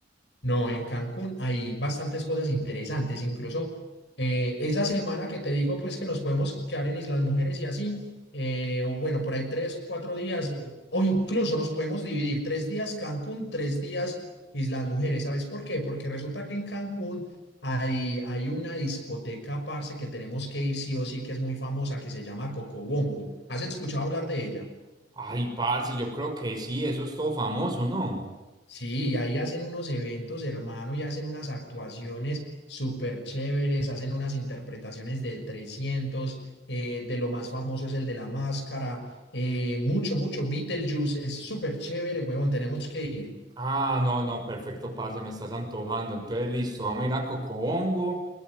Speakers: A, on the left; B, on the right.
A: No, en Cancún hay bastantes cosas interesantes, incluso eh, esa semana que te digo, pues que nos podemos quedar en Islas Mujeres y así, eh, o bueno, por ahí tres, cuatro días, o incluso nos podemos dividir tres días Cancún, tres días Islas Mujeres. ¿Sabes por qué? Porque resulta que en Cancún hay, hay una discoteca, parce, que tenemos que ir sí o sí, que es muy famosa, que se llama Cocobongo. ¿Has escuchado hablar de ella?
B: Ay, parce, yo creo que sí, eso es todo famoso, ¿no?
A: Sí, y ahí hacen unos eventos, hermano, y hacen unas actuaciones súper chéveres, hacen unas interpretaciones de 300, eh, de lo más famoso es el de la máscara, eh, mucho, mucho, Beetlejuice, es súper chévere, huevón, tenemos que ir.
B: Ah, no, no, perfecto, parce, me estás antojando. Entonces, listo, vamos a ir a Cocobongo.